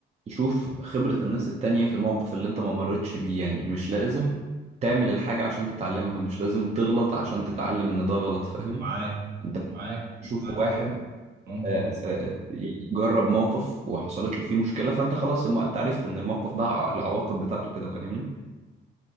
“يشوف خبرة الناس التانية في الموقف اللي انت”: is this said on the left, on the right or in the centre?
Right